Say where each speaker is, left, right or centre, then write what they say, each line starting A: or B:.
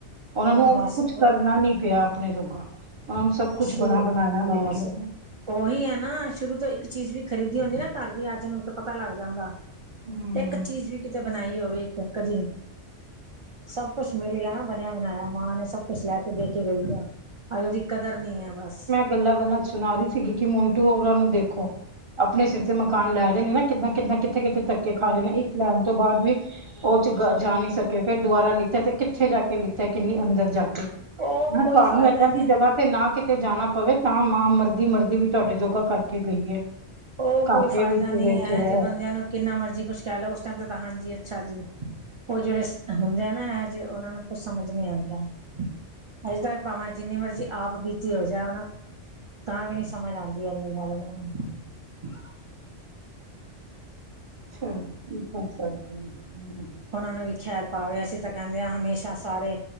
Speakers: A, on the right; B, on the right.
A: ਓਨਾਂ
B: ਉਹ
A: ਨੂੰ
B: ਬਸ
A: ਕੁਛ
B: ਉਹ
A: ਕਰਨਾ ਨੀ ਪਿਆ ਆਪਣੇ ਜੋਗਾ ਓਨਾਂ ਨੂੰ ਸਭ ਕੁਛ
B: ਸ਼ੁਰੂ
A: ਬਣਾ ਬਣਾਇਆ
B: ਬਸ
A: ਮਿਲ ਗਿਆ।
B: ਉਹੀ ਹੈ ਨਾ ਸ਼ੁਰੂ ਤੋਂ ਇੱਕ ਚੀਜ਼ ਵੀ ਖਰੀਦੀ ਹੁੰਦੀ ਨਾ ਕਰਦੀ ਅੱਜ ਨੂੰ ਤਾਂ ਪਤਾ ਲੱਗ ਜਾਂਦਾ।
A: ਹਮ
B: ਇੱਕ ਚੀਜ਼ ਵੀ ਕਿਤੇ ਬਣਾਈ ਹੋਵੇ ਕਦੀ ਨੀ ਸਭ ਕੁੱਛ ਮਿਲ ਗਿਆ ਨਾ ਬਣਿਆ ਬਣਾਇਆ ਮਾਂ ਨੇ ਸਭ ਕੁਛ ਲੈ ਕੇ ਦੇ ਕੇ ਗਈ ਆ ਅੱਜ ਓਦੀ ਕਦਰ ਨੀ ਐ ਬਸ
A: ਗੱਲਾਂ-ਗੱਲਾਂ 'ਚ ਸੁਣਾ ਰਹੀ ਸੀਗੀ ਕਿ ਮਿੰਟੂ ਹੋਰਾਂ ਨੂੰ ਦੇਖੋ। ਆਪਣੇ ਸਿਰ ਤੇ ਮਕਾਨ ਲੈ ਰਏ ਨੇ ਨਾ ਕਿੱਦਾਂ-ਕਿੱਦਾਂ ਕਿੱਥੇ-ਕਿੱਥੇ ਧੱਕੇ ਖਾ ਰਹੇ ਨੇ ਇੱਕ ਲੈਣ ਤੋਂ ਬਾਅਦ ਵੀ ਓ'ਚ ਜਾ ਨੀ ਸਕੇ ਫਿਰ ਦੁਬਾਰਾ ਲਿੱਤਾ ਤੇ ਕਿੱਥੇ ਜਾ ਕੇ ਲਿੱਤਾ ਕਿੰਨੀ ਅੰਦਰ ਜਾ ਕੇ।
B: ਉਹ
A: ਹਾਂ
B: ਕੋਈ
A: ਸਾਨੂੰ
B: ਫਾਇਦਾ ਨਹੀਂ
A: ਜਗਾਂ ਤੇ ਨਾ ਕਿਤੇ ਜਾਣਾ ਪਵੇ ਤਾਂ ਮਾਂ ਮਰਦੀ ਮਰਦੀ ਵੀ ਤੁਹਾਡੇ ਜੋੋਗਾ ਕਰਕੇ ਗਈ ਹੈ।
B: ਉਹ
A: ਘਾਟੇ
B: ਕੋਈ ਫਾਇਦਾ
A: ਵਿੱਚ
B: ਨੀ
A: ਵਿੱਚ
B: ਐ
A: ਹੈ।
B: ਇਹੋ ਜੇ ਬੰਦਿਆਂ ਨੂੰ ਕਿੰਨਾ ਮਰਜੀ ਕੁਛ ਕਹਿ ਲਓ ਉਸ ਟਾਈਮ ਤੇ ਤਾਂ ਹਾਂਜੀ ਅੱਛਾ ਜੀ। ਓ ਜੇੜੇ ਹੁੰਦੇ ਆ ਨਾ ਇਹੋ ਜਿਹੇ ਓਨਾ ਨੂੰ ਕੁਛ ਸਮਝ ਨੀ ਆਂਦਾ। ਅਜੇ ਤਾਂ ਭਾਵਾਂ ਜਿੰਨੀ ਮਰਜ਼ੀ ਆਪ ਬੀਤੀ ਹੋ ਜਾਉ ਨਾ। ਤਾਂ ਵੀ ਨੀ ਸਮਝ ਆਂਦੀ ਐਨੀ ਗੱਲ ਏਨਾਂ ਨੂੰ। ਹੂੰ।
A: ਚਲੋ ਠੀਕ-ਠਾਕ ਚਲ ਰਏ ਆ।
B: ਓਨਾਂ ਨੂੰ ਵੀ ਖੈਰ ਪਾਵੇ ਅਸੀਂ ਤਾਂ ਕੈਹਦੇ ਹਾਂ ਹਮੇਸ਼ਾ ਸਾਰੇ।